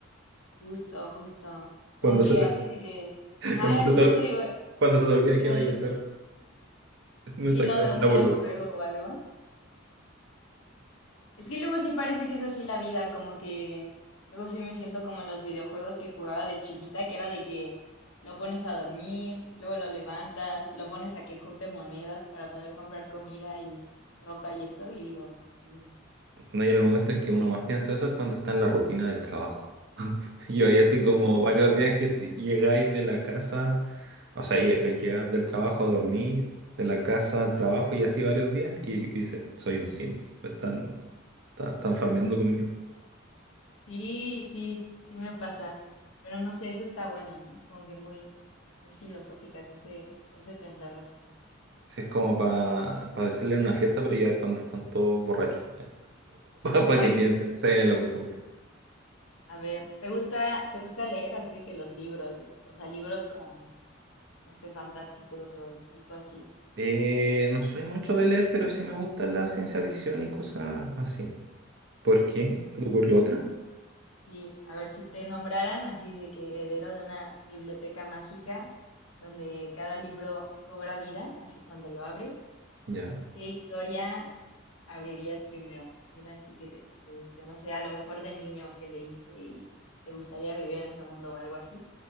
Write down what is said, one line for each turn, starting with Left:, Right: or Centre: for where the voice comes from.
Left: Justo, justo,
Right: Cuando
Left: como que
Right: se,
Left: así de que,
Right: <laughs>
Left: ajá,
Right: cuando se
Left: justo
Right: te,
Left: de,
Right: cuando se te olvida
Left: de
Right: qué
Left: un,
Right: vaya a hacer, <laughs> me
Left: sí,
Right: sacaron
Left: no, de un
Right: de la
Left: videojuego
Right: burbujita.
Left: o algo. Es que luego sí parece que es así la vida, como que luego sí me siento como en los videojuegos que jugaba de chiquita, que era de que lo pones a dormir, luego lo levantas, lo pones a que junte monedas para poder comprar comida y ropa y eso, y digo, "Mm,
Right: No, y en el momento en que uno más piensa eso es cuando está en la rutina del trabajo. <laughs> Yo ahí así como
Left: sí, justo,
Right: varios días que llegáis de la casa O sea, lle- llegar del trabajo a dormir, de la casa al trabajo y así varios días y dice, soy un sim, me están, están, están farmeando conmigo.
Left: sí, sí, sí me pasa, pero no sé, eso está buena, ¿eh? Como que muy, muy filosófica, te hace, te hace pensar bastante.
Right: Si es como para decirle en una fiesta, pero ya cuando están todos borrachos,
Left: Ay,
Right: para <laughs> que piensen, que se vayan en la profunda.
Left: a ver, ¿te gusta, te gusta leer así de que los libros, o sea, libros como no sé, fantásticos o tipo así.
Right: Eh, no soy mucho de leer, pero sí me gusta la ciencia ficción y cosas así. ¿Por qué?
Left: A
Right: ¿Se
Left: ver,
Right: te ocurrió otra?
Left: sí, a ver si te nombraran así de que heredero de una biblioteca mágica donde cada libro cobra vida, así cuando lo abres,
Right: Ya.
Left: ¿qué historia abrirías primero? Hay una así que te, que te guste, no sé, a lo mejor de niño que leíste y te gustaría vivir en ese mundo o algo así.